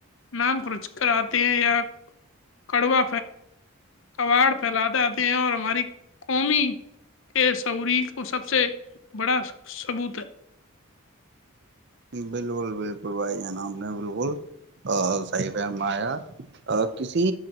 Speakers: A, on the left (about 60°); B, on the right (about 50°).
A: نام کچ کر آتے ہیں یا کڑوا کباڑ پھیلاتے آتے ہیں اور ہماری قومی کے سعوری کو سب سے بڑا ثبوت ہے
B: بالکل بالکل بھائی ج ن آپ نے بالکل صحیح فرمایا کسی